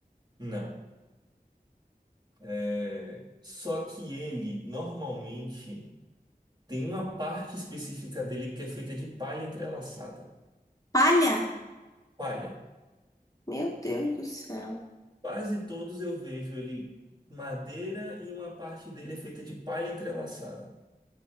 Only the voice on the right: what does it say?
Não. É... Só que ele, normalmente, tem uma parte específica dele que é feita de palha entrelaçada.
Palha.
Quase todos eu vejo ele madeira e uma parte dele é feita de palha entrelaçada.